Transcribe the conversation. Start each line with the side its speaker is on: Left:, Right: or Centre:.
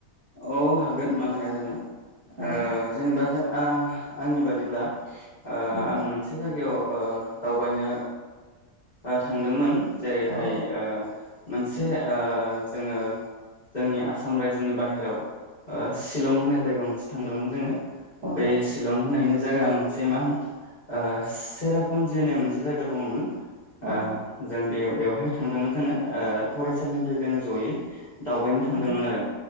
Left: औ हागोन मानो हाया जानो।
Right: औ
Left: अ जेनेबा जों अ आंनि बादिब्ला अ
Right: उम
Left: आं मोनसे जायगायाव अ दावबायनो अ थांदोंमोन। जेरैहाय
Right: औ
Left: अ मोनसे अ जोङो जोंनि आसाम रायजोनि बाहेर अ सिलं होननाय जायगा मोनसे थांदोंमोन जोङो।
Right: औ
Left: बे शिलं होननायनि जायगा मोनसे मा होनो अ सेरापुन्जि होननाय मोनसे जायगा दङमोन।
Right: औ
Left: अ जों बेयाव बेवहाय थांदोंमोन जोङो अ फरायसालिनिफ्राय जोङो जयै अ दावबायनो थांदोंमोन
Right: उम
Left: आरो।